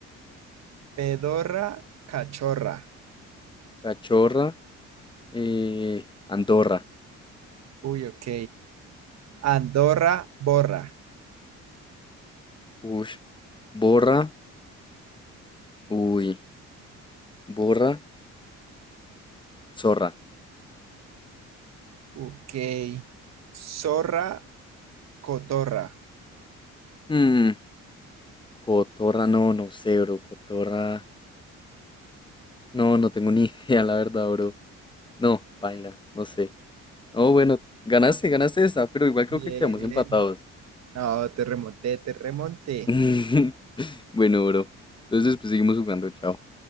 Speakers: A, on the right (about 60°); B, on the left (about 15°).
A: Pedorra cachorra.
B: Cachorra, eh, Andorra,
A: Uy, ok. Andorra borra.
B: ush, borra, uy, borra, zorra.
A: Ok. Zorra cotorra.
B: Mm, cotorra, no, no sé, bro, cotorra, no, no tengo ni <laughs> idea, la verdad, bro. No, paila, no sé. No, bueno, ganaste, ganaste esta, pero igual creo
A: Bien.
B: que quedamos empatados.
A: No, te remonté, te remonté.
B: <laughs> Bueno, bro, entonces pues seguimos jugando, chao.